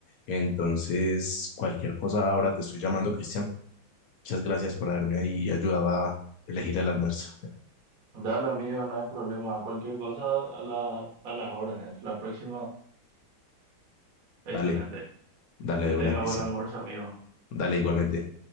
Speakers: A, on the left; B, on the right.
A: Entonces, cualquier cosa ahora te estoy llamando, Cristian. Muchas gracias por haberme ahí ayudado a elegir el almuerzo. <laughs>
B: Dale, amigo, no hay problema. Cualquier cosa a la, a las órdenes. La próxima, excelente.
A: Dale, dale
B: Que
A: de
B: tengas
A: una, Cristian.
B: buen almuerzo, amigo.
A: Dale igualmente.